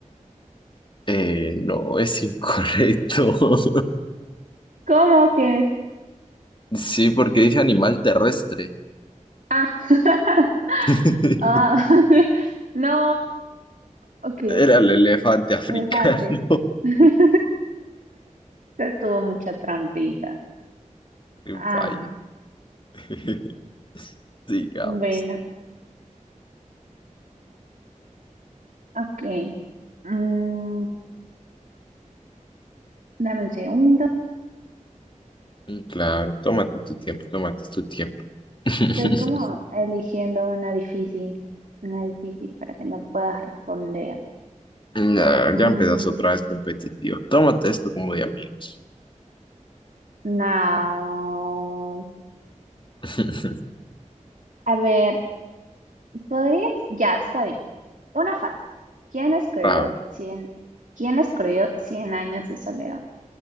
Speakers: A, on the left; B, on the right.
A: Eh, no, es incorrecto. <laughs>
B: ¿Cómo que?
A: Sí, porque dije animal terrestre.
B: Ah, <laughs>
A: <laughs>
B: ah, <laughs> no, ok,
A: Era el elefante africano.
B: elefante. <laughs> Ya tuvo mucha trampita.
A: <laughs>
B: Ay,
A: Vaya. <laughs> Digamos.
B: bueno, ok. Mm, dame un segundo.
A: Mm, Claro, tómate tu tiempo, tómate tu tiempo. <laughs>
B: Estoy como eligiendo una difícil, una difícil para que no puedas responder.
A: Nah,
B: Mm,
A: ya empezaste otra vez competitivo. Tómate esto como de amigos.
B: no.
A: <laughs>
B: A ver, ¿podrías? Ya, está bien. Una fácil. ¿Quién escribió
A: A ver,
B: Cien... ¿Quién escribió Cien años de soledad?